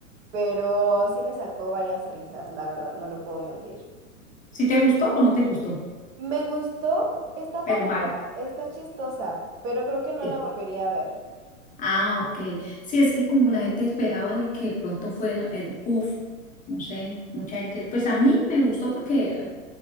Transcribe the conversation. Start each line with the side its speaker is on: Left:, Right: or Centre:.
Right: pero sí me sacó varias risas, la verdad, no lo puedo mentir.
Left: ¿Si te gustó o no te gustó?
Right: Me gustó, está palomera,
Left: Pero mal.
Right: está chistosa, pero creo que no
Left: Sí.
Right: la volvería a ver.
Left: Ah, ok. Sí, es que como la gente esperaba de que de pronto fuera el uff, no sé, mucha gente, pues a mí me gustó porque,